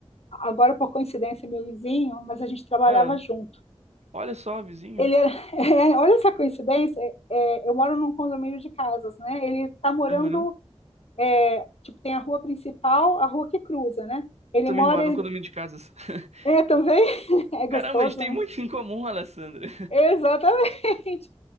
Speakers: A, on the left; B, on the right.
A: agora por coincidência, é meu vizinho, mas a gente trabalhava
B: Ah,
A: junto.
B: olha só, vizinho.
A: Ele era, <laughs> é, olha essa coincidência, é, é, eu moro num condomínio de casas, né? Ele está morando,
B: Aham.
A: é, tipo, tem a rua principal, a rua que cruza, né? Ele
B: Eu também
A: mora,
B: moro num condomínio de casas. <laughs>
A: é, também, <laughs> é gostoso,
B: Caramba, a gente tem
A: né?
B: muito em comum, Alessandra.
A: Exatamente.